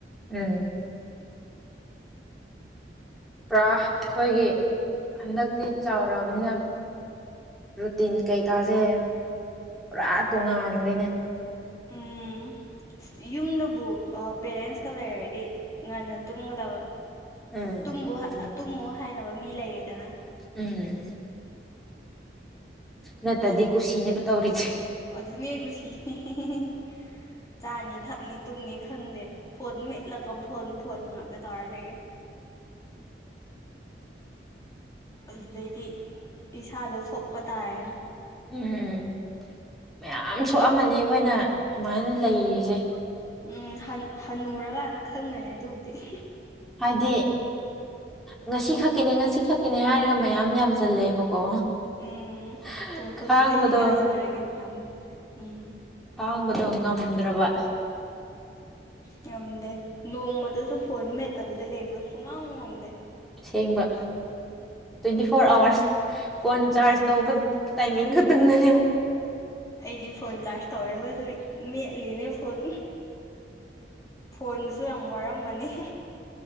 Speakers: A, in the centre; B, on the left.
A: ꯎꯝ꯫ ꯄꯨꯔꯥ ꯑꯩꯈꯣꯏꯒꯤ ꯍꯟꯗꯛꯇꯤ ꯆꯥꯎꯔꯕꯅꯤꯅ ꯔꯨꯇꯤꯟ ꯀꯩꯀꯥꯖꯦ ꯄꯨꯔꯥ ꯇꯣꯉꯥꯟꯒ꯭ꯔꯦꯅꯦ꯫
B: ꯎꯝ ꯌꯨꯝꯗꯕꯨ ꯄꯦꯔꯦꯟꯁꯀ ꯂꯩꯔꯗꯤ ꯉꯟꯅ ꯇꯨꯝꯒꯗꯕ꯫
A: ꯎꯝ
B: ꯇꯨꯝꯕꯨ
A: ꯑꯗꯨꯅꯤ
B: ꯑ ꯇꯨꯝꯃꯨ ꯍꯥꯏꯅꯕ ꯃꯤ ꯂꯩꯔꯦꯗꯅ꯫
A: ꯎꯝ ꯅꯠꯇꯗꯤ
B: ꯁꯤꯗꯗꯤ
A: ꯀꯨꯁꯤꯅꯦꯕ ꯇꯧꯔꯤꯁꯦ
B: ꯑꯗꯨꯅꯦ ꯀꯨꯁꯤ <unintelligible> ꯆꯥꯅꯤ ꯊꯛꯅꯤ ꯇꯨꯝꯅꯤ ꯈꯪꯗꯦ ꯐꯣꯟ ꯃꯦꯠꯂꯒ ꯐꯣꯟ ꯐꯣꯟ ꯉꯥꯛꯇ ꯇꯧꯔ ꯂꯩꯔꯦ꯫ ꯑꯗꯨꯗꯩꯗꯤ ꯏꯁꯥꯗꯣ ꯁꯣꯛꯄ ꯇꯥꯔꯦꯅ꯫
A: ꯎꯝ꯫ ꯃꯌꯥꯝ ꯁꯣꯛꯑꯝꯃꯅꯤ ꯑꯩꯈꯣꯏꯅꯥ ꯑꯗꯨꯃꯥꯏ ꯂꯩꯔꯤꯖꯦ꯫
B: ꯎꯝ ꯍꯟꯅꯨꯔꯀꯥꯟꯗ ꯈꯪꯒꯅꯤ ꯑꯗꯨꯕꯨꯗꯤ <unintelligible>
A: ꯍꯥꯏꯗꯤ ꯉꯁꯤ ꯈꯛꯀꯤꯅꯤ ꯉꯁꯤ ꯈꯛꯀꯤꯅꯤ ꯍꯥꯏꯔꯒ ꯃꯌꯥꯝ ꯌꯥꯝꯖꯂꯦꯕꯀꯣ
B: ꯎꯝ
A: <unintelligible>
B: ꯇꯣ ꯍꯧꯖꯤꯛ
A: ꯈꯥꯡꯕꯗꯣ
B: ꯆꯍꯤ ꯀꯌꯥ ꯁꯨꯔꯒꯦ ꯌꯥꯝ ꯎꯝ
A: ꯈꯥꯡꯕ <unintelligible> ꯉꯝꯗ꯭ꯔꯕꯥ
B: ꯉꯝꯗꯦ ꯅꯣꯡꯃꯇꯁꯨ ꯐꯣꯟ ꯃꯦꯠꯇꯕꯤꯗ ꯂꯩꯕ ꯁꯨꯉꯝ ꯉꯝꯗꯦ
A: ꯁꯦꯡꯕ twenty four hours phone charge
B: ꯑꯗꯨꯅꯤ
A: ꯇꯧꯕ ꯇꯥꯏꯃꯤꯡ ꯈꯛ <unintelligible>
B: ꯑꯩꯗꯤ ꯐꯣꯟ ꯆꯥꯔꯖ ꯇꯧꯔꯒꯖꯨ ꯃꯦꯠꯂꯤꯅꯦ ꯐꯣꯟ ꯐꯣꯟꯁꯨ ꯌꯥꯝ ꯋꯥꯔꯝꯃꯅꯤ <unintelligible>